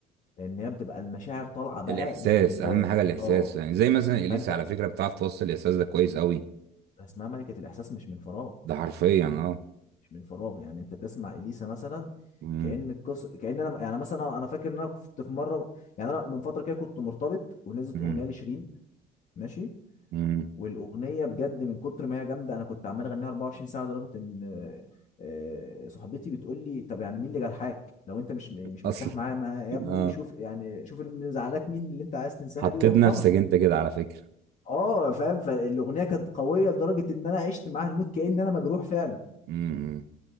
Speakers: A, on the left (about 45°); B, on the right (about 75°).
A: لان هي بتبقى المشاعر طالعه بقى
B: الاحساس
A: من جواه
B: اهم حاجه الاحساس
A: اه
B: يعني زي مثلا اليسا
A: فانت
B: على فكره بتعرف توصل الاحساس ده كويس قوي
A: اسمها ملكه الاحساس مش من فراغ
B: ده حرفيا اه
A: مش من فراغ يعني انت تسمع اليسا مثلا
B: مم.
A: كأن القص كأن انا يعني مثلا انا فاكر ان انا كنت في مره يعني انا من فتره كده كنت مرتبط ونزلت
B: مم.
A: اغنيه لشيرين ماشي
B: مم.
A: والاغنيه بجد من كتر ما هي جامده انا كنت عمال اغنيها 24 ساعه لدرجه ان آه، آه، صاحبتي بتقول لي طب يعني مين اللي جرحك لو انت مش مش
B: اصل
A: مرتاح معايا ما- يا ابني
B: اه
A: شوف يعني شوف اللي مزعلاك مين اللي انت عايز تنساها
B: حطيت
A: دي وروح
B: نفسك
A: لها
B: انت كده على فكره
A: اه فاهم فالاغنيه كانت قويه لدرجه ان انا عشت معاها الموت كأن انا مجروح فعلا
B: مم.